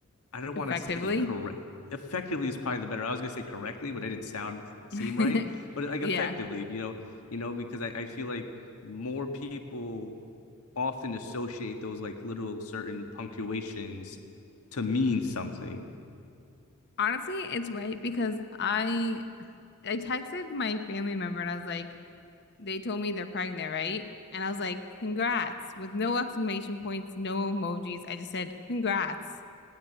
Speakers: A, on the left; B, on the left.
A: I don't
B: effectively.
A: want to say correct effectively is probably the better. I was gonna say correctly, but I didn't sound seem
B: <laughs>
A: right. But like
B: Yeah.
A: effectively, you know, you know, because I, I feel like more people often associate those like little certain punctuations to mean something.
B: Honestly, it's right because I I texted my family member and I was like, they told me they're pregnant, right? And I was like, congrats, with no exclamation points, no emojis. I just said, congrats.